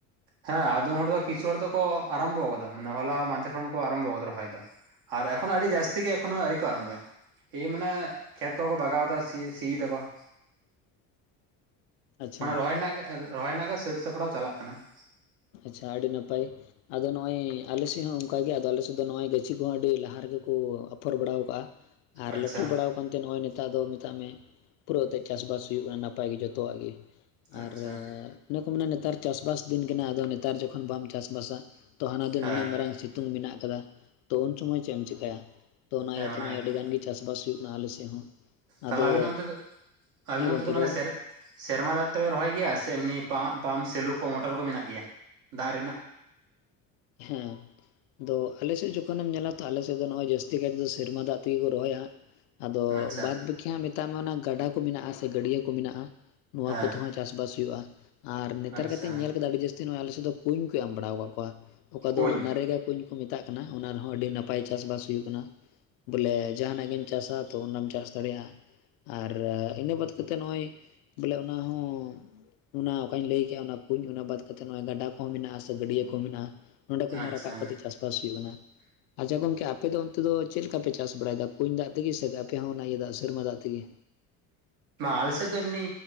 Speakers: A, on the right; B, on the left.
A: ᱦᱮᱸ ᱟᱫᱚᱢ ᱦᱚᱲ ᱫᱚ ᱠᱤᱪᱷᱩ ᱦᱚᱲ ᱫᱚᱠᱚ ᱟᱨᱟᱢᱵᱚ ᱟᱠᱟᱫᱟ ᱢᱟᱱᱮ ᱦᱚᱞᱟ ᱢᱟᱦᱫᱮᱨ ᱠᱷᱚᱱ ᱠᱚ ᱟᱨᱟᱢᱵᱚ ᱟᱠᱟᱫᱟ ᱨᱚᱦᱚᱭ ᱫᱚ ᱾ ᱟᱨ ᱮᱠᱷᱚᱱᱚ ᱟᱹᱰᱤ ᱡᱟᱹᱥᱛᱤ ᱜᱮ ᱮᱠᱷᱚᱱᱚ ᱟᱹᱣᱨᱤ ᱠᱚ ᱟᱨᱟᱢᱵᱚᱭᱟ ᱾ ᱮᱭ ᱢᱟᱱᱮ ᱠᱷᱮᱛ ᱠᱚᱠᱚ ᱵᱟᱜᱟᱣ ᱮᱫᱟ ᱥᱤ ᱥᱤᱭ ᱮᱫᱟ ᱠᱚ ᱾
B: <inaudible> ᱟᱪᱪᱷᱟ
A: ᱢᱟᱱᱮ ᱨᱚᱦᱚᱭ ᱨᱮᱱᱟᱜ ᱨᱚᱦᱚᱭ ᱨᱮᱱᱟᱜ ᱜᱮ ᱥᱟᱹᱛ ᱥᱟᱯᱲᱟᱣ ᱪᱟᱞᱟᱜ ᱠᱟᱱᱟ ᱾
B: ᱟᱪᱪᱷᱟ ᱟᱹᱰᱤ ᱱᱟᱯᱟᱭ ᱾ ᱟᱫᱚ ᱱᱚᱜᱼᱚᱸᱭ ᱟᱞᱮ ᱥᱮᱫ ᱦᱚᱸ ᱚᱱᱠᱟ ᱜᱮ ᱾ ᱟᱫᱚ ᱟᱞᱮ ᱥᱮᱫ ᱫᱚ ᱱᱚᱜᱼᱚᱸᱭ ᱜᱟᱹᱪᱷᱤ ᱠᱚᱦᱚᱸ ᱟᱹᱰᱤ ᱞᱟᱦᱟ ᱨᱮᱜᱮ ᱠᱚ ᱟᱯᱷᱚᱨ ᱵᱟᱲᱟᱣ ᱟᱠᱟᱜᱼᱟ ᱾ ᱟᱨ
A: ᱟᱪᱪᱷᱟ
B: ᱞᱟᱹᱴᱩ ᱵᱟᱲᱟᱣ ᱟᱠᱟᱱ ᱛᱮ ᱱᱚᱜᱼᱚᱭ ᱱᱮᱛᱟᱨ ᱫᱚ ᱢᱮᱛᱟᱜ ᱢᱮ ᱯᱩᱨᱟᱹᱣ ᱛᱮᱫ ᱪᱟᱥᱵᱟᱥ ᱦᱩᱭᱩᱜ ᱠᱟᱱᱟ ᱱᱟᱯ ᱱᱟᱯᱟᱭ ᱜᱮ ᱡᱚᱛᱚᱣᱟᱜ ᱜᱮ ᱾ ᱟᱨ
A: ᱟᱪᱪᱷᱟ
B: ᱚᱱᱮ ᱠᱚ ᱢᱮᱱᱟ ᱱᱮᱛᱟᱨ ᱪᱟᱥᱵᱟᱥ ᱫᱤᱱ ᱠᱟᱱᱟ ᱟᱫᱚ ᱱᱮᱛᱟᱨ ᱡᱚᱠᱷᱚᱱ ᱵᱟᱢ ᱪᱟᱥᱵᱟᱥᱟ ᱛᱚ ᱦᱟᱱᱟ ᱫᱚ
A: ᱦᱮᱸ
B: ᱱᱤᱱᱟᱹᱜ ᱢᱟᱨᱟᱝ ᱥᱤᱛᱩ ᱝ ᱢᱮᱱᱟᱜ ᱟᱠᱟᱫᱟ ᱛᱚ ᱩᱱ ᱥᱚᱢᱚᱭ ᱪᱮᱫ ᱮᱢ ᱪᱮᱠᱟᱭᱟ ᱛᱚ ᱚᱱᱟ
A: ᱦᱮᱸ
B: ᱤᱭᱟᱹᱛᱮ ᱱᱚᱜᱼᱚᱭ
A: ᱜᱮᱛᱚ
B: ᱟᱹᱰᱤ ᱜᱟᱱ ᱜᱮ ᱪᱟᱥᱵᱟᱥ ᱦᱩᱭᱩᱜ ᱠᱟᱱᱟ ᱟᱞᱮ ᱥᱮᱫ ᱦᱚᱸ᱾
A: ᱛᱟᱦᱚᱞᱮ
B: ᱟᱫᱚ
A: ᱟᱹᱵᱤᱱ ᱚᱱᱛᱮ ᱫᱚ <inaudible> ᱟᱹᱵᱤᱱ
B: ᱦᱮᱸ
A: ᱚᱱᱛᱮ
B: ᱜᱚᱢᱠᱮ
A: ᱫᱚ ᱢᱟᱱᱮ
B: ᱨᱚᱲ ᱢᱮ
A: ᱥᱮᱨ ᱥᱮᱨᱢᱟ ᱫᱟᱜ ᱛᱮᱯᱮ ᱨᱚᱦᱚᱭ ᱜᱮᱭᱟ ᱥᱮ ᱮᱢᱱᱤ ᱯᱟᱢ ᱯᱟᱢᱯ ᱥᱮᱞᱚ ᱠᱚ ᱢᱚᱴᱚᱨ ᱠᱚ ᱢᱮᱱᱟᱜ ᱜᱮᱭᱟ ᱫᱟᱜ ᱨᱮᱱᱟᱜ?
B: ᱦᱩᱸ ᱾ ᱟᱫᱚ ᱟᱞᱮ ᱥᱮᱫ ᱡᱚᱠᱷᱚᱱᱮᱢ ᱧᱮᱞᱟ ᱛᱚ ᱟᱞᱮ ᱥᱮᱫ ᱫᱚ ᱱᱚᱜᱼᱚᱭ ᱡᱟᱹᱥᱛᱤ ᱠᱟᱭ ᱛᱮ ᱫᱚ ᱥᱮᱨᱢᱟ ᱫᱟᱜ ᱛᱮᱜᱮ ᱠᱚ ᱨᱚᱦᱚᱭᱟ ᱾ ᱟᱫᱚ
A: ᱟᱪᱪᱷᱟ
B: ᱵᱟᱫᱽ ᱵᱟᱹᱠᱤ ᱦᱟᱸᱜ ᱢᱮᱛᱟᱜ ᱢᱮ ᱚᱱᱟ ᱜᱟᱰᱟ ᱠᱚ ᱢᱮᱱᱟᱜᱼᱟ ᱥᱮ ᱜᱟᱹᱰᱭᱟᱹ ᱠᱚ ᱢᱮᱱᱟᱜᱼᱟ ᱱᱚᱣᱟ
A: ᱦᱮᱸ
B: ᱠᱚ <unintelligible> ᱪᱟᱥᱵᱟᱥ ᱦᱩᱭᱩᱜᱼᱟ ᱾ ᱟᱨ ᱱᱮᱛᱟᱨ
A: ᱟᱪᱪᱷᱟ
B: ᱠᱟᱛᱮᱧ ᱧᱮᱞ ᱠᱮᱫᱟ ᱟᱹᱰᱤ ᱡᱟᱹᱥᱛᱤ ᱱᱚᱜᱼᱚᱭ ᱟᱞᱮᱥᱮᱫ ᱫᱚ ᱠᱩᱧ ᱠᱚ ᱮᱢ ᱵᱟᱲᱟᱣ ᱠᱟᱜ ᱠᱚᱣᱟ ᱾ ᱚᱠᱟ
A: ᱠᱩᱧ
B: ᱫᱚ ᱱᱟᱨᱮᱜᱟ ᱠᱩᱧ ᱠᱚ ᱢᱮᱛᱟᱜ ᱠᱟᱱᱟ ᱚᱱᱟ ᱨᱮᱦᱚᱸ ᱟᱹᱰᱤ ᱱᱟᱯᱟᱭ ᱪᱟᱥᱵᱟᱥ ᱦᱩᱭᱩᱜ ᱠᱟᱱᱟ ᱾ ᱵᱚᱞᱮ ᱡᱟᱦᱟᱸᱱᱟᱜ ᱜᱮᱢ ᱪᱟᱥᱟ ᱛᱚ ᱚᱱᱟᱢ ᱪᱟᱥ ᱫᱟᱲᱮᱭᱟᱜᱼᱟ ᱾ ᱟᱨ ᱤᱱᱟᱹ ᱵᱟᱫᱽ ᱠᱟᱛᱮᱫ ᱱᱚᱜᱼᱚᱭ ᱵᱚᱞᱮ ᱚᱱᱟ ᱦᱚᱸ ᱚᱱᱟ ᱚᱠᱟᱧ ᱞᱟᱹᱭ ᱠᱮᱜᱼᱟ ᱚᱱᱟ ᱠᱩᱧ ᱚᱱᱟ ᱵᱟᱫᱽ ᱠᱟᱛᱮᱜ ᱱᱚᱜᱼᱚᱭ ᱜᱟᱰᱟ ᱠᱚᱦᱚᱸ ᱢᱮᱱᱟᱜᱼᱟ ᱥᱮ ᱜᱟᱹᱰᱭᱟᱹ ᱠᱚᱦᱚᱸ ᱢᱮᱱᱟᱜᱼᱟ᱾ ᱱᱚᱸᱰᱮ ᱠᱷᱚᱡ ᱦᱚᱸ
A: ᱟᱪᱪᱷᱟ
B: ᱨᱟᱠᱟᱵ ᱠᱟᱛᱮ ᱪᱟᱥᱵᱟᱥ ᱦᱩᱭᱩᱜ ᱠᱟᱱᱟ ᱾ ᱟᱪᱪᱷᱟ ᱜᱚᱝᱠᱮ ᱟᱯᱮ ᱫᱚ ᱚᱱᱛᱮ ᱫᱚ ᱪᱮᱫ ᱞᱮᱠᱟ ᱯᱮ ᱪᱟᱥ ᱵᱟᱲᱟᱭᱮᱫᱟ ᱠᱩᱧ ᱫᱟᱜ ᱛᱮᱜᱮ ᱥᱮ ᱟᱯᱮ ᱦᱚᱸ ᱚᱱᱟ ᱤᱭᱟᱹ ᱫᱟᱜ ᱥᱮᱨᱢᱟ ᱫᱟᱜ ᱛᱮᱜᱮ?
A: ᱵᱟᱝ, ᱟᱞᱮ ᱥᱮᱫ ᱫᱚ ᱮᱢᱱᱤ